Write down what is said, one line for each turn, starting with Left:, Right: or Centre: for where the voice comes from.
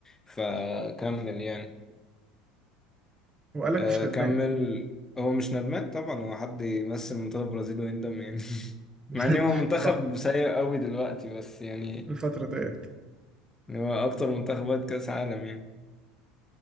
Left: فكمل يعني
Right: وقال لك
Left: آه
Right: مش ندمان
Left: كمل هو مش ندمان طبعا هو حد يمثل منتخب البرازيل ويندم يعني <laughs>
Right: <laughs>
Left: مع ان هو منتخب
Right: صح
Left: سيء قوي دلوقتي بس يعني
Right: الفترة ديت
Left: إن هو اكتر منتخبات كاس عالم يعني